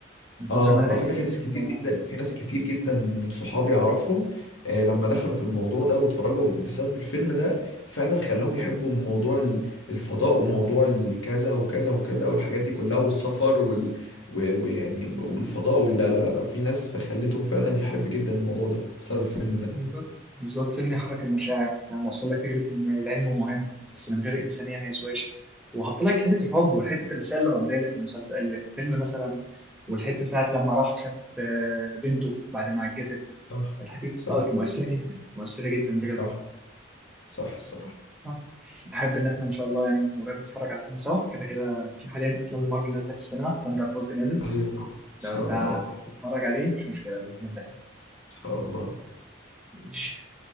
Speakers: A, in the centre; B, on the left.
A: من
B: اه
A: كتر ما أنا بقيت
B: على فكره
A: انترستد
B: في ناس كتير
A: في الموضوع
B: جدا في ناس كتير جدا من صحابي اعرفهم آه لما دخلوا في الموضوع ده واتفرجوا بسبب الفيلم ده فعلا خلاهم يحبوا موضوع ال- الفضاء وموضوع الكذا وكذا وكذا والحاجات دي كلها والسفر وال و- ويعني والفضاء ولا لا لا لا لا. في ناس خلتهم فعلا يحب جدا الموضوع ده بسبب الفيلم ده
A: بالظبط بالظبط فيلم يحرك المشاعر فاهم وصل لك فكره ان العلم مهم بس من غير انسانيه ما يسواش وحط لك حته الحب وحته الرساله الرمزيه اللي في المسلسل اللي في الفيلم مثلا والحته بتاعت لما راح شاف آه، بنته بعد ما عجزت
B: صح
A: الحته دي
B: صح
A: بتاعت مؤثره جدا مؤثره جدا بجد
B: صح صح الصراحه
A: آه. احب ان احنا ان شاء الله يعني نكون قريب نتفرج على فيلم سوا كده كده في حاليا افلام المارفل نازله في السينما ثاندر بولت نازل
B: ايوه طبعا ان شاء
A: لو انت
B: الله
A: هتتفرج
B: ان
A: عليه مش مشكله باذن الله
B: شاء الله
A: ماشي.